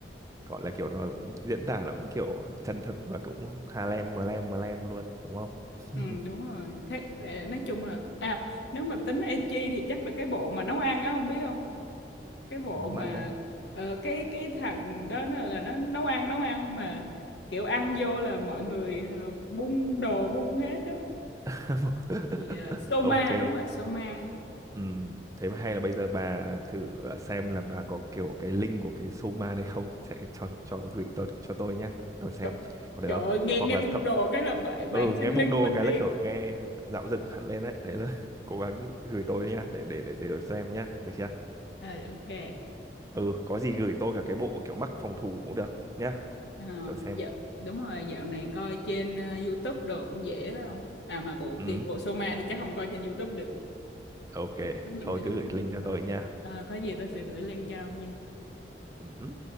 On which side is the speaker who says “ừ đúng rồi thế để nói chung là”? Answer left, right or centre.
Left